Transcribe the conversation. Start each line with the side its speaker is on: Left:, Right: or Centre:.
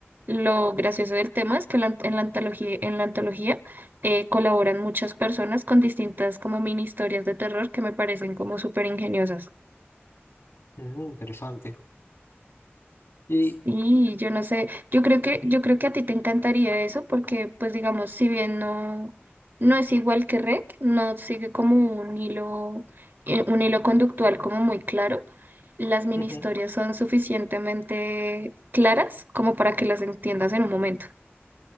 Right: lo gracioso del tema es que la- en la antología, en la antología eh, colaboran muchas personas con distintas como mini historias de terror que me parecen como súper ingeniosas.
Left: Mm, interesante. Y...
Right: Sí, yo no sé, yo creo que, yo creo que a ti te encantaría eso porque, pues digamos, si bien no, no es igual que REC, no sigue como un hilo, eh, un hilo conductual como muy claro las mini
Left: ujú.
Right: historias son suficientemente claras como para que las entiendas en un momento.